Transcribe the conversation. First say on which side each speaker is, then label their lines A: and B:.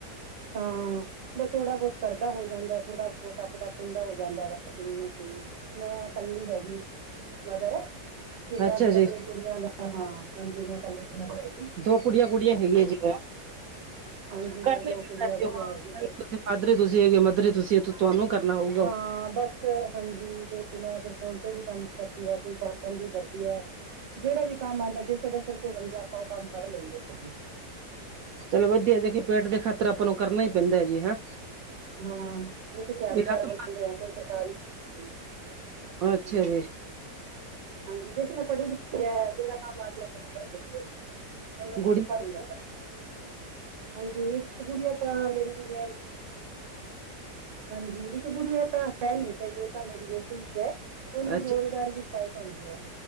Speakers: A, on the right (about 85°); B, on the right (about 65°).
A: ਹਾਂ। ਬਸ ਥੋੜ੍ਹਾ ਬਹੁਤ ਕਰਦਾ ਹੋ ਜਾਂਦਾ, ਥੋੜ੍ਹਾ ਬਹੁਤ ਆਪਣਾ ਖੁੰਢਾ ਹੋ ਜਾਂਦਾ, ਬਸ ਇੰਨੀ ਕੀ। ਮੈਂ ਕੱਲੀ ਹੈਗੀ, ਮਦਰ। ਤੇ ਮੈਂ
B: ਅੱਛਾ
A: ਬਸ
B: ਜੀ
A: ਆਪਣੀ ਕੁੜੀਆਂ ਦਾ ਹਾਂ ਹਾਂਜੀ ਮੈਂ ਕਲੀ ਇਕੇ ਮਾਂ।
B: ਦੋ ਕੁੜੀਆਂ ਕੁੜੀਆਂ ਹੈਗੀਆਂ ਜਿ ਹੈ।
A: ਹਾਂਜੀ
B: ਕਰਨਨਾੇ
A: ਮੇਰੇ ਦੋ ਕੁੜੀਆਂ
B: ਪੈਂਦਾ ਸੀ
A: ਕੁੜੀਆਂ
B: ਹ
A: ਹੈਗੀ ਤੇ
B: ਤੁਸੀਂ ਮਾਧਰੀ ਤੁਸੀਂ ਹੈਗੇ ਮੱਧਰੀ ਤੁਸੀਂ ਤੁਹਾਨੂੰ ਕਰਨਾ ਹੋਊ।
A: ਹਾਂ ਬਸ। ਹਾਂਜੀ, ਤੇ ਮੈਂ ਫਿਰ ਫੋਨ 'ਤੇ ਵੀ ਕੰਮ ਕਰਦੀ ਹਾਂ, ਕੋਈ ਫਾਰਮ ਵੀ ਭਰਦੀ ਹੈ। ਜਿਹੜਾ ਵੀ ਕੰਮ ਆਉਂਦਾ, ਜਿੱਧੋਂ ਦਸ ਰੁਪਏ ਬਣਦੇ ਆ, ਆਪਾਂ ਉਹ ਕੰਮ ਫੜ ਲੈਂਦੇ ਆ ਜੀ।
B: ਚਲੋ ਵਧੀਆ, ਦੇਖੀਏ। ਪੇਟ ਦੇ ਖਾਤਰ ਆਪਾਂ ਨੂੰ ਕਰਨਾ ਹੀ ਪੈਂਦਾ ਹੈ ਜੀ, ਹੈਂ।
A: ਹਾਂ, ਇਹ ਤਾਂ ਤਹਾੜੀਦਾਰ
B: ਵੀ ਹੱਥ ਮਾਰ
A: ਬਣਦੇ ਆ, ਕੋਈ ਸਰਕਾਰੀ। ਹਾਂਜੀ
B: ਅੱਛਾ
A: ਹਾਂਜੀ
B: ਜੀ।
A: ਹਾਂਜੀ, ਜੇ ਮੈਂ ਪੜ੍ਹੀ-ਲਿਖੀ ਹਾਂ, ਜਿਹੜਾ ਕੰਮ ਹੈ ਆਪਾਂ ਪੜ੍ਹ ਲੈਂਦੇ ਹਾਂ। ਮੈਨੂੰ
B: ਗੁੜੀ
A: ਧੋਖਾ ਦਿੱਯਾ ਧਾ, ਹਾਂਜੀ ਇੱਕ ਗੁੜੀੀਆਂ ਤਾਂ ਲਈ ਮੈਂ। ਹਾਂਜੀ, ਇੱਕ ਗੁੜੀਆ ਤਾਂ ਹੈ ਨਹੀਂ ਸਹੀ, ਉਹ ਤਾਂ ਮੇਰੀ ਵੈਸੇ ਹੀ ਹੈ, ਉਹਨੂੰ
B: ਅੱਛਾ
A: ਦੌਰੇਦਾਰੀ ਦੀ। ਸ਼ਿਕਾਇਤ ਹੁੰਦੀ ਹੈ,